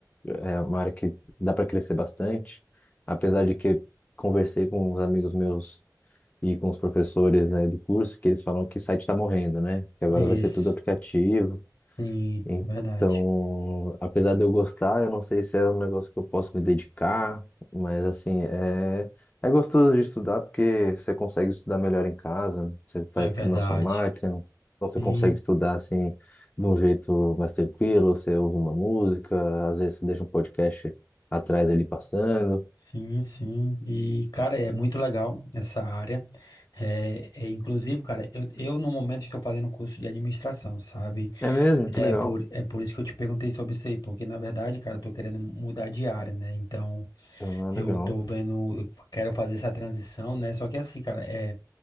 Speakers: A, on the left; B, on the left.
A: é uma área que dá para crescer bastante, apesar de que conversei com os amigos meus e com os professores, né, do curso, que eles falam que site está morrendo, né? Que agora
B: Isso.
A: vai ser tudo aplicativo,
B: Sim,
A: então,
B: verdade.
A: apesar de eu gostar, eu não sei se é um negócio que eu posso me dedicar, mas assim, é, é gostoso de estudar porque você consegue estudar melhor em casa, você faz
B: É verdade.
A: tudo na sua máquina, então você
B: Sim,
A: consegue estudar assim de um jeito mais tranquilo, você ouve uma música, às vezes você deixa um podcast atrás ali passando.
B: sim, sim. E, cara, é muito legal essa área. É, é, inclusive, cara, eu, eu no momento estou fazendo um curso de administração, sabe?
A: É mesmo, que
B: É
A: legal.
B: por, é por isso que eu te perguntei sobre isso aí, porque na verdade, cara, eu tô querendo mudar de área, né? Então,
A: Ah, legal.
B: eu tô vendo, eu quero fazer essa transição, né? Só que assim, cara, é.